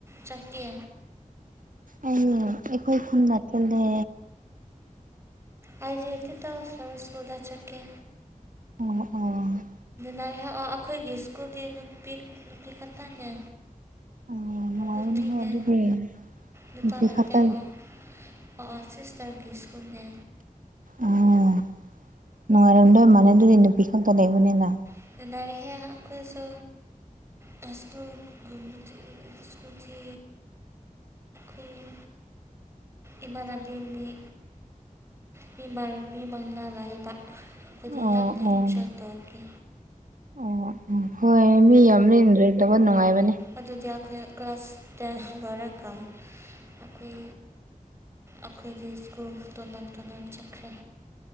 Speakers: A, on the right; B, on the right.
A: ꯆꯠꯀꯦ
B: ꯑꯩꯅꯦ ꯑꯩꯈꯣꯏ ꯈꯨꯟꯗ ꯆꯠꯂꯦ
A: ꯑꯥꯏꯗꯦꯜꯇꯤꯗ ꯐ꯭ꯂꯥꯋꯔꯁ ꯁꯀꯨꯜ ꯆꯠꯀꯦ
B: ꯑꯣ ꯑꯣ
A: <unintelligible> ꯑꯩꯈꯣꯏꯒꯤ ꯁ꯭ꯀꯨꯜꯗꯤ ꯅꯨꯄꯤ ꯅꯨꯄꯤ ꯈꯛꯇꯪꯅꯦ
B: ꯑꯣ ꯅꯨꯡꯉꯥꯏꯔꯅꯤꯍꯦ
A: ꯅꯨꯄꯤꯅꯦ
B: ꯑꯗꯨꯗꯤ
A: ꯅꯨꯄꯥ
B: ꯅꯨꯄꯤ
A: ꯉꯥꯛꯇꯥ
B: ꯈꯛꯇ
A: ꯑꯣ ꯑꯣ ꯑꯣ ꯁꯤꯁꯇꯔꯒꯤ ꯁ꯭ꯀꯨꯜꯅꯦ
B: ꯑꯣ ꯅꯨꯉꯥꯏꯔꯣꯝꯗꯣꯏ ꯃꯥꯅꯦ ꯑꯗꯨꯗꯤ ꯅꯨꯄꯤꯈꯛꯇ ꯂꯩꯕꯅꯦꯅ
A: <unintelligible> ꯑꯩꯈꯣꯏꯁꯨ ꯍꯥꯏꯁꯀꯨꯜꯒꯨꯝꯕꯗꯤ ꯁꯀꯨ꯭ꯜꯗꯤ ꯑꯩ ꯏꯃꯥꯟꯅꯕꯤꯅꯤ ꯃꯤ ꯃꯥꯡ ꯃꯤ ꯃꯉꯥ ꯂꯥꯏꯕ ꯑꯗꯨꯗꯤ
B: ꯑꯣ
A: ꯌꯥꯝꯅ
B: ꯑꯣ
A: ꯏꯟꯖꯣꯏ ꯇꯧꯕꯒꯤ
B: ꯑꯣ ꯑꯣ ꯍꯣꯏ ꯃꯤ ꯌꯥꯝ ꯂꯦꯟꯗ꯭ꯔ <unintelligible> ꯅꯨꯡꯉꯥꯏꯕꯅꯦ
A: ꯑꯗꯨꯗꯤ ꯑꯩꯈꯣꯏ ꯀ꯭ꯂꯥꯁ ꯇꯦꯟ ꯂꯣꯏꯔꯒ ꯑꯩꯈꯣꯏ ꯑꯩꯈꯣꯏꯗꯤ ꯁ꯭ꯀꯨꯜ ꯇꯣꯉꯥꯟ ꯇꯣꯉꯟ ꯆꯠꯈ꯭ꯔꯦ